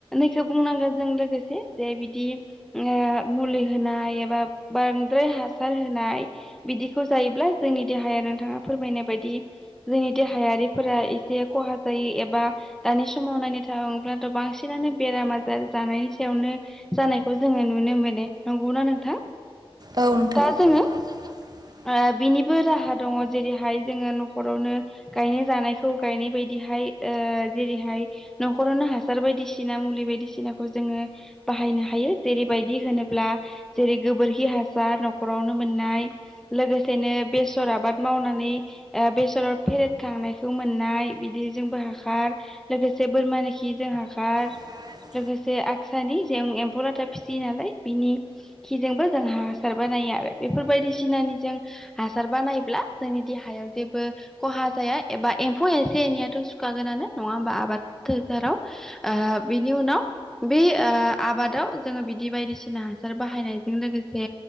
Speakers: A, in the centre; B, on the right.
A: सो बुंनांगोन जों लोगोसे जे बिदि ओ मुलि होनाय एबा बांद्राय हासार होनाय बिदिखौ जायोब्ला जोंनि देहाया नोंथाङा फोरमायनाय बायदि जोंनि देहायारि फोरा एसे खहा जायो एबा दानि समाव नायनो थाङो बाथ' बांसिनानो बेराम आजार जानायनि सायावनो जानायखौ जोङो नुनो मोनो नंगौना नोंथां?
B: औ नोंथां
A: दा जोङो
B: <inaudible>
A: आ बिनिबो राहा दङ जेरै हाय जोङो नख' रावनो गायनाय जानायखौ गायनाय बायदि हाय ओ जेरै हाय नखरावनो हासार बायदिसि ना मुलि बायदि सिनाखौ जोङो बाहायनो हायो जेरै बायदि होनोब्ला जेरै गोबोरखि हा सार नखरावनो मोननाय लोगोसेनो बे सोर आबाद मावनानै ओ बेसर फेरेद खांनायखौ मोननाय बिदि जोंबो हा खार लोगोसे बोरमानि खि जों हाखार
B: <inaudible>
A: लोगोसे <unintelligible> जों एम्फौ लाथा फिसियो नालाय बिनि खिजों बो जों हासार बानायो। बेफोर बायदि सिनानि जों हासार बानायब्ला जोंनि देहायाव जेबो खहा जाया। एबा एम्फौ एसे एनैयाथ सुखा गोनानो नङा होमबा आबाद फोथाराव ओ बेनि उनाव बे आ आबादाव जोङो बिदि बायदि सिना हासार बाहायनायजों लोगोसे